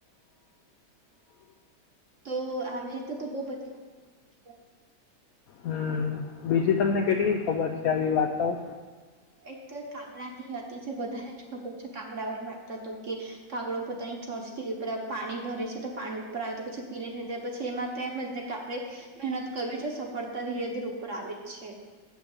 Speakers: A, on the right (about 45°); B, on the left (about 70°).
A: તો આવી રીતે તો બહ બધી વાતતા છે.
B: હમ બીજી તમને કેટલી ખબર છે, આવી વાર્તાઓ?
A: એક તો કાગડા ની હતી જે બધા જ ખબર છે કાગડા વાળી વાતતા તો કે કાગડો પોતાની ચોંચથી પ પાણી ભરે છે તો પાણી ઉપર આવે તો પછી પીલે પછી એમાં જ ને કે આપણે મહેનત કરવી જોઈએ સફળતા ધીરે ધીરે ઉપર આવે જ છે. <inaudible>